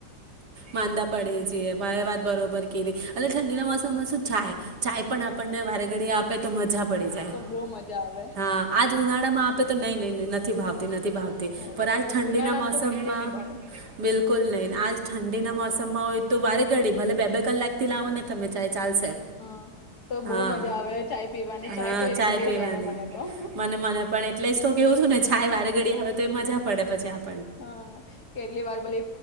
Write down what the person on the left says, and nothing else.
તો બહુ મજા આવે
હમ
ઉનાળામાં
તો બિલકુલ નહી ભાવે
હા તો
બહુ મજા આવે ચાય પીવાની
તો એટલી
બહુ
ગમે મને તો
હા કેટલી વાર ભલે